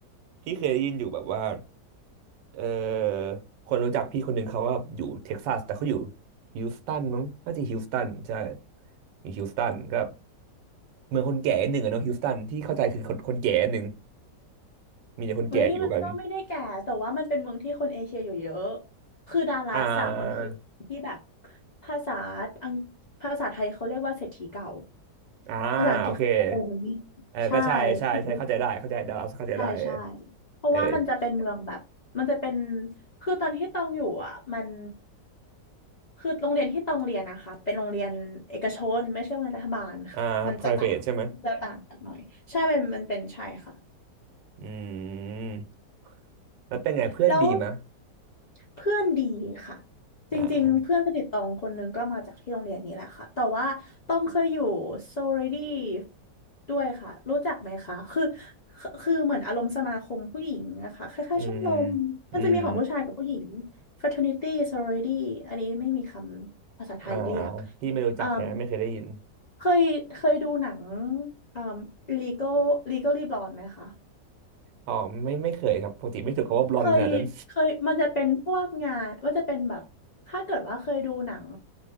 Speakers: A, on the right; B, on the left.
A: พี่เคยได้ยินอยู่แบบว่าเออคนรู้จักพี่คนหนึ่งเขาก็อยู่เท็กซัสแต่เขาอยู่ฮิวสตันมั้งน่าจะฮิวสตันใช่อยู่ฮิวสตันก็เมืองคนแก่นิดหนึ่งอะเนาะฮิวสตันที่เข้าใจคือคนคนแก่นิดหนึ่งมีแต่คนแก่อยู่กัน
B: เฮ้ยมันก็ไม่ได้แก่แต่ว่ามันเป็นเมืองที่คนเอเชียอยู่เยอะคือดาลัสอะมันคือที่แบบ
A: อ่า
B: ภาษาอังภาษาไทยเขาเรียกว่าเศรษฐีเก่า
A: อ่าโอเค
B: ภาษาอังกฤษเขาโอมันนี่
A: เออก็ใช่ใช่ใช่เข้าใจได้เข้าใจได้เราเข้าใจได้เออ
B: ใช่คือใช่ใช่เพราะว่ามันจะเป็นเมืองแบบมันจะเป็น
A: เออ
B: คือตอนที่ตองอยู่อ่ะมันคือโรงเรียนที่ตองเรียนนะคะเป็นโรงเรียนเอกชนไม่ใช่โรงเรียนรัฐบาลค่ะมันจะต่างจะต่างกันหน่อยใช่มันมันเป็นใช่ค่ะ
A: อ่า private ใช่ไหม อืมแล้วเป็นไงเพื่อนดีมะ
B: แล้วเพื่อนดีค่ะจริงๆเพื่อนสนิทตองคนหนึงก็มาจากที่โรงเรียนนี้แหละค่ะแต่ว่าตองเคยอยู่โซเรดี้
A: อ่า
B: ด้วยค่ะรู้จักไหมคะคือคือคือเหมือนอารมณ์สมาคมผู้หญิงนะคะคล้ายๆชมรมมันจะมีของผู้ชายกับผู้หญิง
A: อืมอืม
B: fraternity sorority อันนี้ไม่มีคำภาษาไทยเรียก
A: อ่าพี่ไม่รู้จักแท้ไม่เคยได้ยิน
B: อืมเคยเคยดูหนังเอ่อ Legal Legally Blonde ไหมคะ
A: อ๋อไม่ไม่เคยครับปกติไม่ถูกคำว่าบลอนขนาดนั้น
B: เคยเคยมันจะเป็นพวกงานมันจะเป็นแบบถ้าเกิดว่าเคยดูหนัง